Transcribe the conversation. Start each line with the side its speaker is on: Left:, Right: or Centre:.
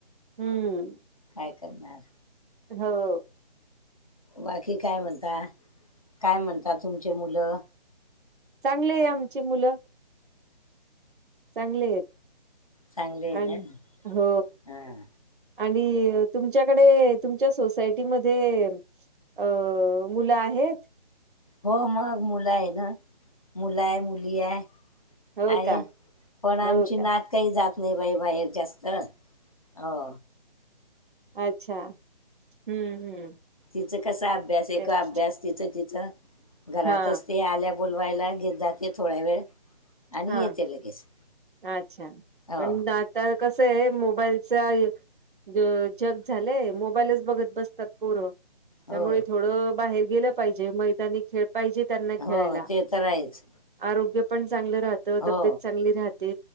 Right: हम्म!
Left: काय करणार.
Right: हो.
Left: बाकी काय म्हणता? काय म्हणता तुमची मुलं?
Right: चांगली आहे आमची मुलं. चांगली आहेत,
Left: चांगले आहे
Right: आणि
Left: ना
Right: हो
Left: हां
Right: आणि तुमच्याकडे, तुमच्या सोसायटी मध्ये अ मुलं आहेत?
Left: हो, मग मुलं आहे ना. मुलं आहे, मुली आहे,
Right: हो
Left: आहे
Right: का
Left: पण आमची
Right: हो का
Left: नात काय जात नाही बाई बाहेर जास्त, हो.
Right: अच्छा, हम्म हम्म.
Left: तिचं कसा अभ्यास
Right: तेच
Left: एक अभ्यास, तिचं तिचं घरातच
Right: हा
Left: ते आल्या बोलवायला घेत जाते थोडा वेळ. आणि
Right: हा,
Left: येते लगेच
Right: अच्छा
Left: हो
Right: पण नात तर कसं आहे मोबाईलचा ग जग झालंय, मोबाईलच बघत बसतात पोरं. त्यामुळे
Left: हो
Right: थोडं बाहेर गेलं पाहिजे, मैदानी खेळ पाहिजे त्यांना
Left: हो
Right: खेळायला.
Left: ते तर आहेच
Right: आरोग्य पण चांगलं राहत,
Left: हो
Right: तब्येत चांगली राहते,